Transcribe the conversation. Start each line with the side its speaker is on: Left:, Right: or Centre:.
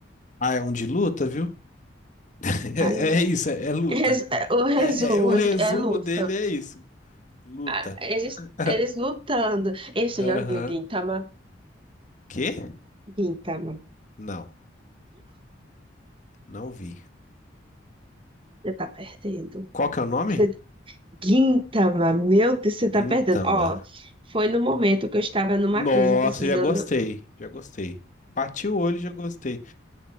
Left: Ah, é um de luta, viu? <laughs>
Right: Aí,
Left: É, é isso, é, é luta.
Right: res- o resumo
Left: É, é- é, o resumo
Right: é luta.
Left: dele é isso. Luta.
Right: Ah, Eles,
Left: <laughs>
Right: eles lutando. Ei, Você
Left: Aham.
Right: já viu Gintama?
Left: Quê?
Right: Gintama,
Left: Não, não vi.
Right: você tá perdendo.
Left: Qual que é o nome?
Right: Você, Gintama, meu Deus, você tá
Left: Gintama.
Right: perdendo. Ó, foi no momento que eu estava numa
Left: Nossa,
Right: crise, precisando.
Left: já gostei, já gostei. Bati o olho e já gostei.